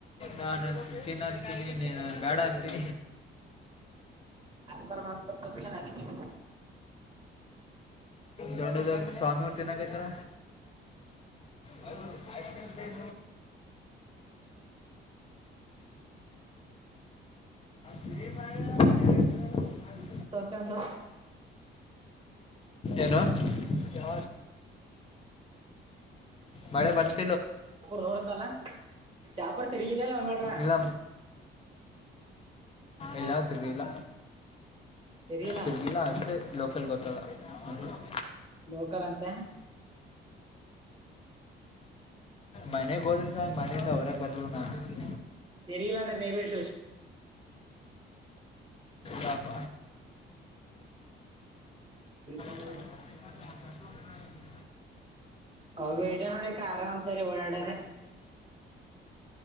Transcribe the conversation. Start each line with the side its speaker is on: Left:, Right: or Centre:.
Left: ನಾನು- ಅ -ತಿನ್ ಅಂತೀನಿ ಬೇಡ ಅಂತೀ.
Right: ಯರ ಮನುಸದ <unintelligible>
Left: ದಡ್ಡದ ಸ್ವಾಮಿ ಅವರು ತಿನ್ನಕಾಯತಾರ. ಅ -ಸ <unintelligible> ಅದೇ <unintelligible>
Right: ಸಕಂತ್ರಾ
Left: ಏನು -ಯ ಮಳೆ ಬರ್ತ್.
Right: ಸಕರ್ ಹೊರ್ದಲ್ಲ ಚಾಪರ್ ತಿರುಗಿದಲ್ ಆಮ್ಮ್ಯಾಲ್.
Left: ಇಲ್ಲ ಎಲ್ಲ ತಿರುಗಲ
Right: ತಿರಿಗಿಲ್ಲ
Left: ತಿರುಗಿಲ್ಲ ಅಷ್ಟೇ ಲೋಕಲ್ ಗತ್ತ. ಅ
Right: ಲೋಕಲ್ ಅಂತೇ.
Left: ಮನೆಗ್ ಹೋದ್ರಿ ಸಾರ್ ಮನೆಯಿಂದ ಅವ್ರಾಗ ಬರಲ್ ನಾನು
Right: ಸರಿಲಾ ಅಂತ
Left: ಪಾಪ
Right: ನ
Left: <unintelligible>
Right: <unintelligible> <inaudible> ವೇಟ ನಡಿ ಆರಾಮ ತಾರೆ ಓಳ್ಳಾಡದೆ.